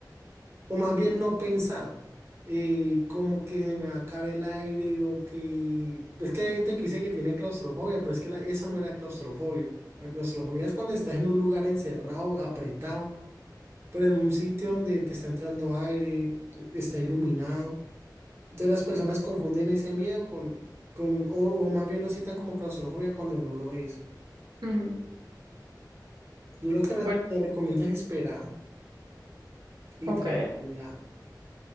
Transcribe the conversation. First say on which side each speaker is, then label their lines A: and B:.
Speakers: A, on the right; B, on the right.
A: o más bien no pensar, eh, como que se me va a caer el aire o que... Es que hay gente que dice que tiene claustrofobia, pero es que la- eso no era claustrofobia. La claustrofobia es cuando estás en un lugar encerrado, apretado, pero en un sitio donde te está entrando aire, está iluminado. Entonces las personas confunden ese miedo con, con o, o más bien lo cita como claustrofobia cuando no lo es.
B: ujú.
A: Yo lo que re-
B: Bueno,
A: te recomiendo es esperar y
B: ok.
A: tranquilidad.